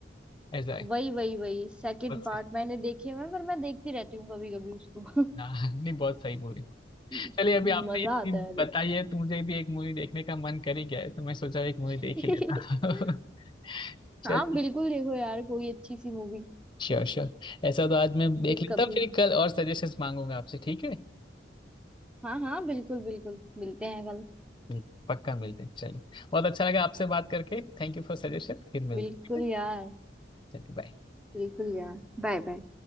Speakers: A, on the left (about 25°); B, in the centre.
A: ऐसा है
B: वही वही वही सेकंड
A: बहुत
B: पार्ट
A: सही
B: मैंने देखे हुए हैं, पर मैं देखती रहती हूँ कभी कभी उसको
A: हाँ <laughs> नहीं बहुत सही मूवी
B: <laughs>
A: चलिए अभी आपने
B: मजा
A: इतनी
B: आता है देख
A: बताई है तो मुझे भी एक मूवी देखने का मन कर ही गया है तो मैं सोचा एक मूवी
B: <laughs>
A: देख ही लेता <laughs> चलिए
B: हाँ बिल्कुल देखो यार कोई अच्छी सी मूवी
A: Sure sure ऐसा तो आज मैं देख
B: फिर
A: लेता
B: कभी
A: हूँ, फिर कल और सजेशंस मांगूंगा आपसे ठीक है
B: हाँ हाँ बिल्कुल बिल्कुल मिलते हैं कल
A: जी, पक्का मिलते हैं चलिए बहुत अच्छा लगा आपसे बात करके थैंक यू फॉर सजेशन फिर मिलते
B: बिल्कुल
A: हैं ठीक है?
B: यार
A: चलिए बाय
B: बिल्कुल यार बाय बाय